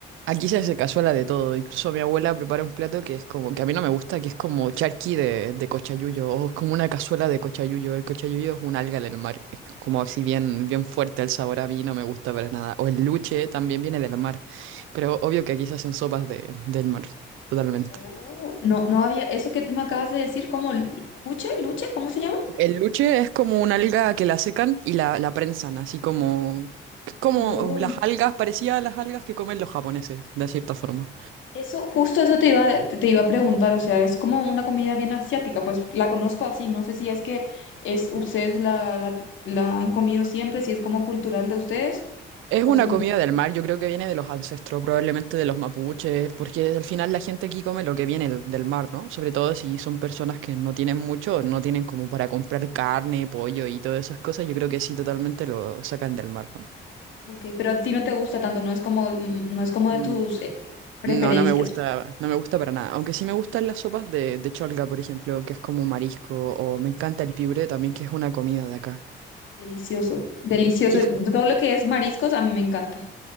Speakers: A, on the right; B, on the left.
A: aquí se hace cazuela de todo. Incluso mi abuela prepara un plato que es como, que a mí no me gusta, que es como charqui de, de cochayuyo, o es como una cazuela de cochayuyo. El cochayuyo es un alga del mar, es como así bien, bien fuerte el sabor, a mí no me gusta para nada. O el luche también viene del mar, pero obvio que aquí se hacen sopas de, del mar, totalmente.
B: Oh, no, no había, eso que tú me acabas de decir, ¿cómo? ¿Cuche? ¿Luche? ¿Cómo se llama?
A: El luche es como una alga que la secan y la, la prensan, así como, como
B: Wow.
A: las algas, parecía a las algas que comen los japoneses, de cierta forma.
B: Eso, justo eso te iba, te te iba a preguntar, o sea, es como una comida bien asiática, pues la conozco así, no sé si es que es, ustedes la, la, la han comido siempre, si es como cultural de ustedes,
A: Es
B: costumbre,
A: una comida del mar, yo creo que viene de los ancestros, probablemente de los mapuches, porque al final la gente aquí come lo que viene del del mar, ¿no? Sobre todo si son personas que no tienen mucho, no tienen como para comprar carne, pollo y todas esas cosas, yo creo que sí, totalmente lo sacan del mar, ¿no?
B: ok, pero a ti no te gusta tanto, no es como, mm, no es como de
A: Mm,
B: tus eh, preferencias.
A: No, no me gusta, no me gusta para nada. Aunque sí me gustan las sopas de, de cholga, por ejemplo, que es como marisco, o me encanta el piure también, que es una comida de acá.
B: Delicioso, delicioso,
A: Y es-
B: todo lo que es mariscos a mí me encanta.